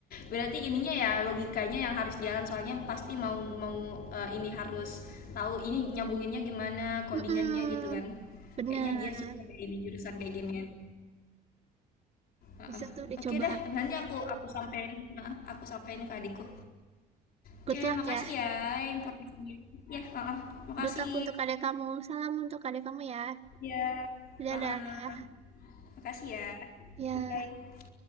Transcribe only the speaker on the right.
Mm-mm,
benar.
Bisa tuh dicoba.
Good luck
ya.
Good luck untuk adik kamu. Salam untuk adik kamu ya.
Dadah.
Ya.